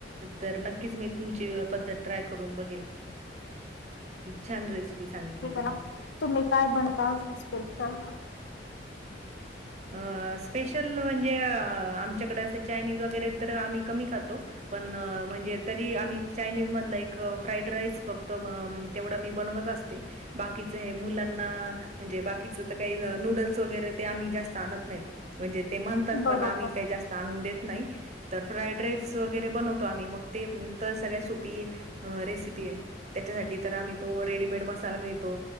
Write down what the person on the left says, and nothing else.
बरा
तुम्ही काय बनता स्पेशल
बरोबर